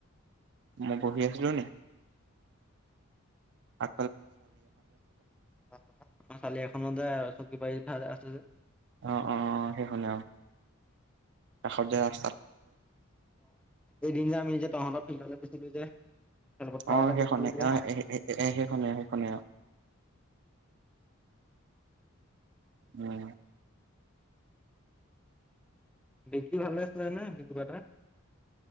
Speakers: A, on the right; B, in the centre.
A: মই বহি আছিলিলো নে আঁ
B: আমাৰ চালি এখনতে চকি পাৰি ফাদৰ আছে যে।
A: অ অ অ সেইখনে আৰু কাষত দো
B: এদিন যে আমি যে তহ'ত ফিললে গৈছিলো যে। খেলপথাৰলৈ
A: আহ সেইখনে
B: গৈছিলো যে
A: আহ এ সেইখনে সেই শনে আহ উম
B: বিকি ভালে আছিলে ন বিকিবটা